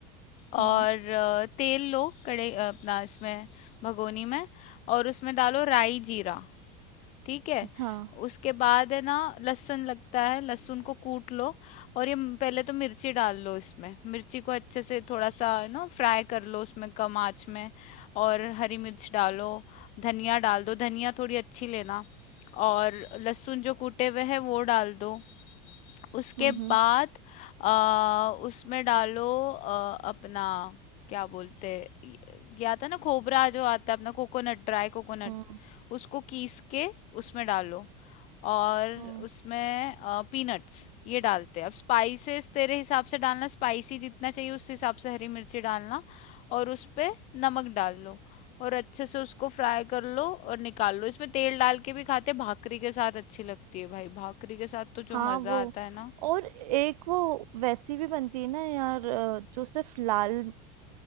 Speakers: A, on the left; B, on the right.
A: और
B: हम्म
A: अ, तेल लो कड़े अपना इसमें भगोनी में और उसमें डालो राई जीरा ठीक है
B: हाँ
A: उसके बाद है ना लहसुन लगता है लहसुन को कूट लो और ये म- पहले तो मिर्ची डाल लो इसमें मिर्ची को अच्छे से थोड़ा सा ना फ्राई कर लो उसमें कम आंच में और हरी मिर्च डालो धनिया डाल दो धनिया थोड़ी अच्छी लेना और लहसुन जो कूटे हुए है वो डाल दो उसके
B: हम्म हम्म
A: बाद आ, उसमें डालो आ, अपना क्या बोलते ये आता है ना खोबरा जो आता है अपना कोकोनट ड्राई कोकोनट
B: हम्म
A: उसको कीस के उसमें डालो और
B: हम्म
A: उसमें आ, पीनट्स ये डालते हैं अब स्पाइसेस तेरे हिसाब से डालना स्पाइसी जितना चाहिए उस हिसाब से हरी मिर्ची डालना और उस पे नमक डाल लो और अच्छे से उसको फ्राई कर लो और निकाल लो इसमें तेल डाल के भी खाते भाकरी के साथ अच्छी लगती है भाई भाकरी के साथ तो जो
B: हाँ
A: मजा
B: वो
A: आता है ना
B: और एक वो वैसी भी बनती है ना यार अ, जो सिर्फ लाल